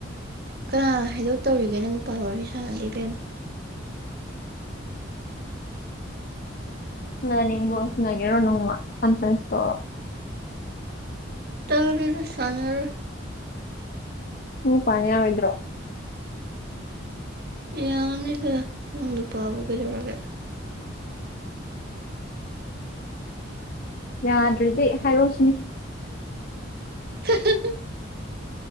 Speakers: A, on the right; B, on the left.
A: ꯀꯅꯥ ꯍꯥꯏꯗꯣꯛꯇꯧꯔꯤꯒꯦ ꯅꯪ ꯅꯨꯄꯥꯜ ꯋꯥꯔꯤ ꯁꯥꯅꯗꯦ ꯏꯕꯦꯝꯃ꯫
B: ꯁꯅ ꯅꯤꯡꯕ꯭ꯔꫭ ꯁꯅꯒꯦꯔꯣ ꯅꯣꯡꯃ ꯀꯟꯐ꯭ꯔꯦꯟꯁꯇꯣ꯫
A: ꯇꯜꯂꯤꯗ ꯁꯥꯟꯅꯔꫭꯏ꯫
B: ꯅꯪ ꯅꯨꯄꯥꯅ ꯌꯥꯔꯣꯏꯗ꯭ꯔꯣ꯫
A: ꯌꯥꯅꯤꯗ ꯅꯪ ꯅꯨꯄꯥꯕꯨ ꯀꯩꯗꯧꯔꯒꯦ꯫
B: ꯌꯥꯗ꯭ꯔꯗꯤ ꯍꯥꯏꯔꯣꯁꯤꯅꯤ꯫
A: <unintelligible>